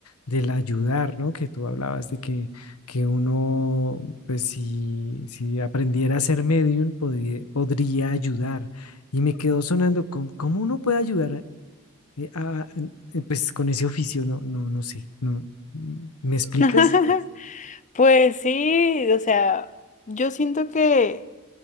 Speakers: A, on the left; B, on the left.
A: del ayudar, ¿no? Que tú hablabas de que, que uno, pues si, si aprendiera a ser medium, podría, podría ayudar. Y me quedó sonando, ¿cómo, cómo uno puede ayudar eh, a- eh, pues con ese oficio? No, no, no sé. No. ¿Me explicas?
B: <laughs> Pues sí, o sea, yo siento que